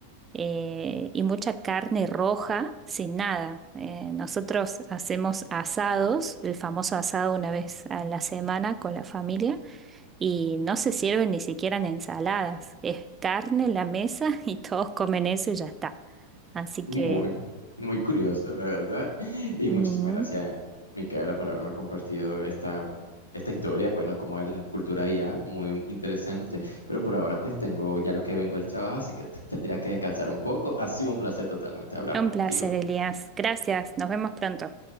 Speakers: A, on the right (about 20°); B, on the left (about 80°).
A: eh, y mucha carne roja sin nada. Eh, nosotros hacemos asados, el famoso asado una vez a la semana con la familia y no se sirven ni siquiera en ensaladas. Es carne en la mesa <laughs> y todos comen eso y ya está. Así
B: Muy,
A: que...
B: muy curioso, la verdad. Y
A: mm,
B: muchísimas gracias, Micaela, por haberme compartido esta, esta historia. Bueno, como es la cultura IA, muy interesante. Pero por ahora, pues tengo ya lo que vengo del trabajo, así que tendría que descansar un poco. Ha sido un placer totalmente hablar
A: Un
B: contigo.
A: placer, Elías. Gracias. Nos vemos pronto.